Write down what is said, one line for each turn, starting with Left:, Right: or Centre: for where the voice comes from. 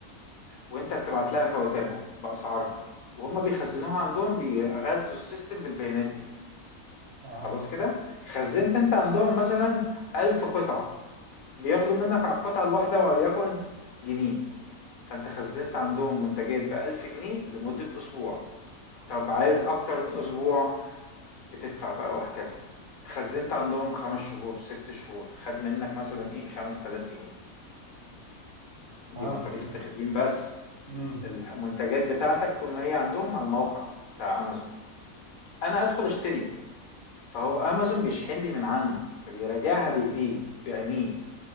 Left: وانت بتبعت لها فواتيرها باسعارها وهم بيخزنوها عندهم بيغذوا السيستم بالبيانات دي
Right: اه
Left: خلاص كده خزنت انت عندهم مثلا ألف قطعة بياخدوا منك على القطعة الواحدة وليكن جنيه فانت خزنت عندهم منتجات بألف جنيه لمدة أسبوع طب عايز أكتر من أسبوع بتدفع بقى وهكذا خزنت عندهم خمس شهور ست شهور خد منك مثلا ايه خمس تلاف جنيه دي
Right: فهمت
Left: مصاريف
Right: كده
Left: التخزين بس
Right: امم
Left: المنتجات بتاعتك طول ما هي عندهم على الموقع بتاع أمازون أنا أدخل أشتري فهو أمازون بيشحن لي من عنده فبيراجعها بإيديه بعينيه